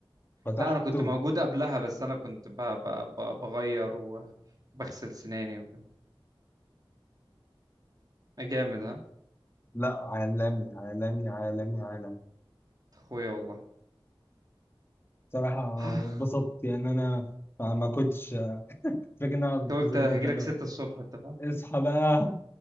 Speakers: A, on the left; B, on the right.
A: فتحته
B: لا انا كنت موجود قبلها بس انا كنت ب... ب... ب... بغير وبغسل سناني وكده آه، جامد ها
A: لا عالمي عالمي عالمي عالمي
B: اخويا والله
A: صراحة
B: <sighs>
A: اتبسطت يعني أنا ما ما كنتش فاكر إن أنا
B: انت قلت
A: أتصل
B: هجيلك
A: بيك بقى لا.
B: 6 الصبح انت فاهم
A: اصحى بقى